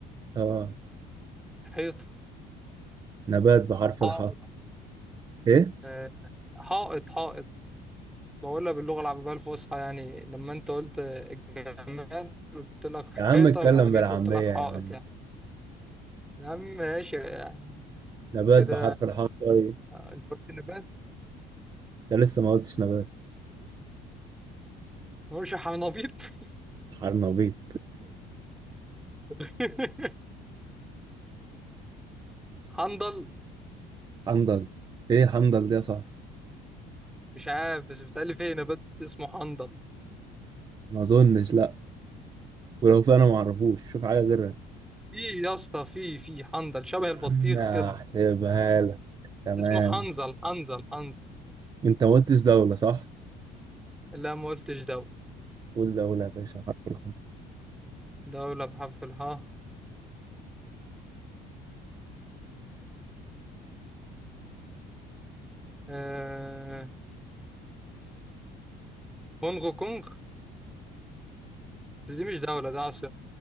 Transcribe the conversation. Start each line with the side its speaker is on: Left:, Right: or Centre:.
Right: آه
Centre: حيطة
Right: نبات بحرف
Centre: حائط
Right: الحاء إيه؟
Centre: آه، حائط حائط بقولها باللغة العربية الفصحى يعني لما انت قلت جماد قلت لك
Right: يا عم
Centre: حيطة
Right: اتكلم
Centre: لما جيت
Right: بالعامية
Centre: قلت لك
Right: يا
Centre: حائط
Right: عم
Centre: يعني يا عم ماشي يعني
Right: نبات
Centre: كده
Right: بحرف الحاء طيب
Centre: انت قلت نبات
Right: ده لسه ما قلتش نبات
Centre: ما اقولش حنبيط
Right: حرنبيط
Centre: <laughs> حنظل
Right: <laughs> حنظل ايه حنظل دي يا صاحبي
Centre: مش عارف بس بتقلي فيه نبات اسمه حنظل
Right: ما اظنش لا ولو في انا ما اعرفوش شوف حاجه غيرها
Centre: في يا اسطى في في حنظل شبه
Right: يا عم
Centre: البطيخ
Right: هحسبها
Centre: كده
Right: لك تمام
Centre: اسمه حنظل حنظل حنظل
Right: انت ما قلتش دوله صح
Centre: لا ما قلتش دولة
Right: قول دوله يا باشا حرف الحرف
Centre: دولة بحرف الهاء آه... كونغو كونغ بس دي مش دولة ده عاصمة